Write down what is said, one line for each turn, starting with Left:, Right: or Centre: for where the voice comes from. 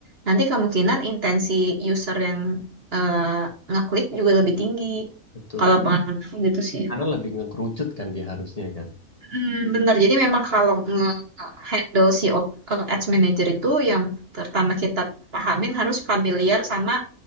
Right: nanti kemungkinan intensi user yang eh, ngeklik juga lebih tinggi.
Left: betul.
Right: Kalau pengalaman aku gitu sih.
Left: Karena lebih ngekerucut kan dia harusnya kan.
Right: Hmm, benar. Jadi memang kalau nge-handle si op- eh, ads manager itu yang pertama kita pahamin harus familiar sama